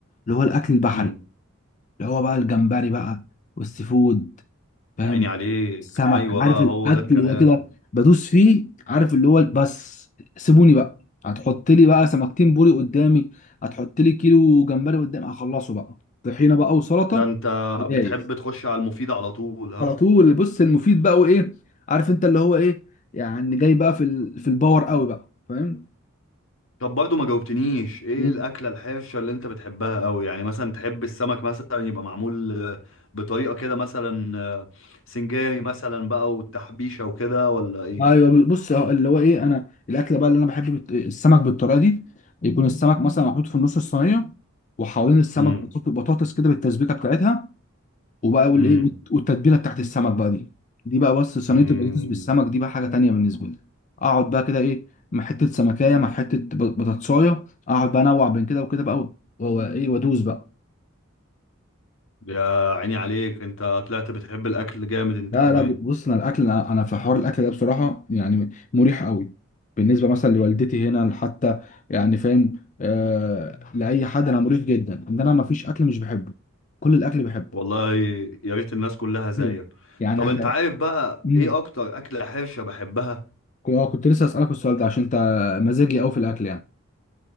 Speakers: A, on the left (about 35°); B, on the left (about 70°).
A: اللي هو الاكل البحري
B: امم
A: اللي هو بقى الجمبري بقى والسي فود فاهم
B: يا عيني عليك
A: السمك
B: ايوه
A: عارف
B: بقى
A: الاكل
B: هو ده الكلام
A: ده كده بدوس فيه عارف اللي هو بس سيبوني بقى هتحط لي بقى سمكتين بوري قدامي هتحط لي كيلو جمبري قدامي هخلصه بقى طحينه بقى وسلطه
B: ده انت
A: جاهز
B: بتحب تخش على المفيد على طول ها
A: على طول بص المفيد بقى وايه عارف انت اللي هو ايه يعني جاي بقى في ال... في الباور قوي بقى فاهم
B: طب برضو ما جاوبتنيش ايه
A: مم.
B: الاكله الحرشه اللي انت بتحبها قوي يعني مثلا تحب السمك مثلا يبقى معمول آه، بطريقه كده مثلا آه، سنجاري مثلا بقى والتحبيشه وكده ولا ايه
A: ايوه بص هو اللي هو ايه انا الاكله بقى اللي انا بحب بت... السمك بالطريقه دي يكون السمك مثلا محطوط في النص الصينيه وحوالين السمك
B: امم
A: بطاط- بطاطس كده بالتسبيكه بتاعتها وبقى والايه
B: امم
A: والت- والتتبيله بتاعت السمك بقى دي دي بقى بص صينيه
B: امم
A: البطاطس بالسمك دي بقى حاجه تانيه بالنسبه لي اقعد بقى كده ايه مع حته سمكايه مع حته ب- بطاطسايه اقعد بقى انوع بين كده وكده بقى و- وايه وادوس بقى
B: يا عيني عليك انت طلعت بتحب الاكل جامد انت
A: لا
B: كمان
A: لا بص انا الاكل انا أنا في حوار الاكل ده بصراحه يعني مريح قوي بالنسبه مثلا لوالدتي هنا حتى يعني فاهم آه لاي حد انا مريح جدا ان انا ما فيش اكل مش بحبه كل الاكل بحبه
B: والله يا ريت الناس كلها زيك
A: مم. يعني
B: طب
A: حتى
B: انت عارف بقى
A: امم
B: ايه اكتر اكله حرشه بحبها
A: كنت لسه اسالك السؤال ده عشان انت مزاجي قوي في الاكل يعني